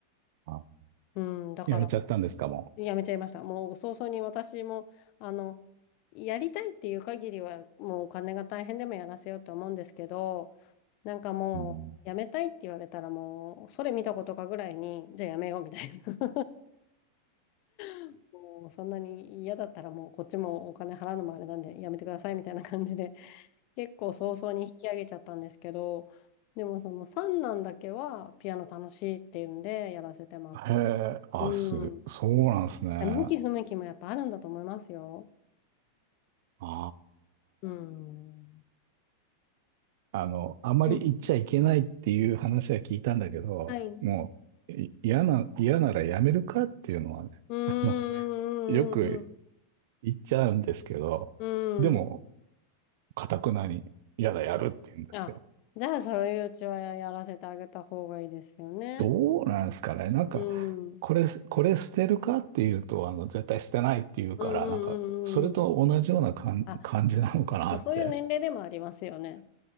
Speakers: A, on the right; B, on the left.
A: あ
B: うん、だから
A: やめちゃったんですか、も
B: やめちゃいました。もう早々に私も、あの、やりたいっていう限りは、もうお金が大変でもやらせようと思うんですけど、なんかもう、
A: う。うん
B: やめたいって言われたらもう、それ見たことかぐらいに、じゃあやめようみたいな。<laughs> もうそんなに嫌だったらもうこっちもお金払うのもあれなんでやめてくださいみたいな感じで結構早々に引き上げちゃったんですけどでもその三男だけはピアノ楽しいっていうんでやらせてます。
A: へえ、あ、
B: うん。
A: す、そうなんですね。あ
B: 向き不向きもやっぱあるんだと思いますよ。
A: あ。
B: うん。
A: あの、あまり言っちゃいけないっていう話は聞いたんだけど、
B: うん、はい。う
A: もう、い嫌な、嫌ならやめるかっていうのはね、
B: ーん、
A: あの、よく
B: うん、
A: 言っちゃうんですけど、
B: うん、うん。
A: でも、かたくなに、嫌だ、やるって言うんですよ。
B: あ、じゃあ、そういううちはやらせてあげた方がいいですよね。
A: どうなんですかね。なんか、
B: うん、うん、
A: これ、これ捨てるかっていうと、あの、絶対捨てないっていうから、
B: うん、
A: なんか、それと同じような感感じなのかなって。
B: うんうん。あ、まあ、そういう年齢でもありますよね。